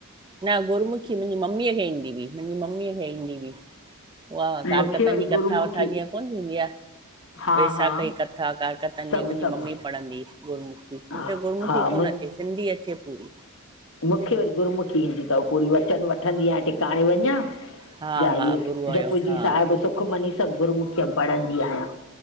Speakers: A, on the right (about 20°); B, on the left (about 60°).
A: न गुरमुखी मुंजी ममीअ खे ईंदी हुई। मुंजी मम्मीअ खे ईंदी हुई उहा
B: मूंखे
A: कारकथन
B: वरी
A: जी
B: गुरमुखी
A: कथा-वथा जीअं कोन थींदी आ
B: हा
A: वेशाखी
B: हा
A: कथा कारकथन
B: सभु
A: जी मुंजी
B: सभु
A: मम्मी पढ़ंदी हुई गुरमूख
B: हा
A: मुखे गुर्मूखी
B: हा
A: कोन अचे सिंधी अचे पूरी।
B: मुखे वरी गुरमुखी ईंदी थव पूरी वचन वट वठंदी आहिय टिकाणे वञा
A: हा
B: या
A: हा
B: ए
A: गुरूअ
B: जप
A: जो हा
B: जी साहिब, सु खमनी सभ गुरूमखि में पढ़ंदी आयां।